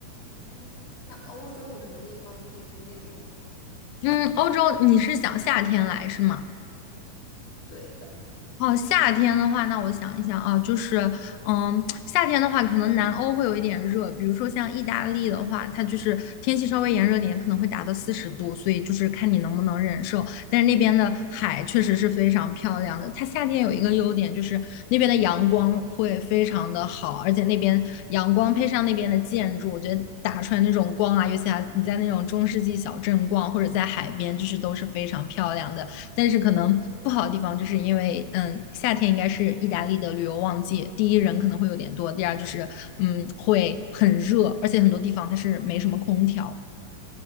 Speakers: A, on the left; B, on the left.
A: 哦，那欧洲有什么地方可以推荐给我吗？
B: 嗯，欧洲你是想夏天来是吗？
A: 对的，
B: 哦，夏天的话，那我想一想啊，就是，嗯，夏天的话，可能南欧会有一点热，比如说像意大利的话，它就是天气稍微炎热点，可能会达到四十度，所以就是看你能不能忍受。但是那边的海确实是非常漂亮的，它夏天有一个优点就是那边的阳光会非常的好，而且那边阳光配上那边的建筑，我觉得打出来那种光啊，尤其啊你在那种中世纪小镇逛或者在海边，就是都是非常漂亮的。但是可能不好的地方就是因为，嗯，夏天应该是意大利的旅游旺季，第一人可能会有点多，第二就是，嗯，会很热，而且很多地方它是没什么空调。